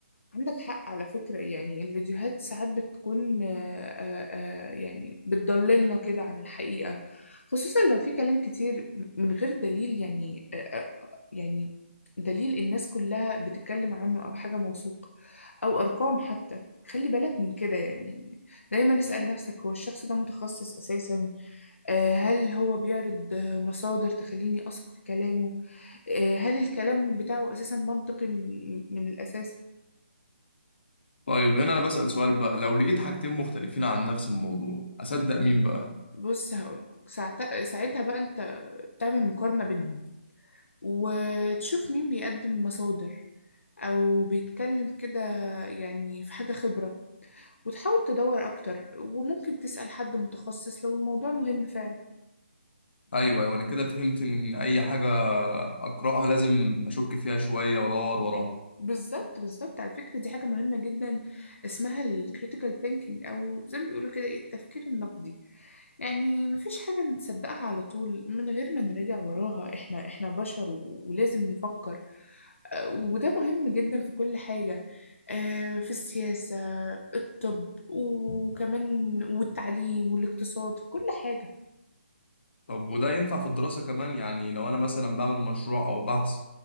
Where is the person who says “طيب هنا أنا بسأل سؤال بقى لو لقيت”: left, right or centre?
Left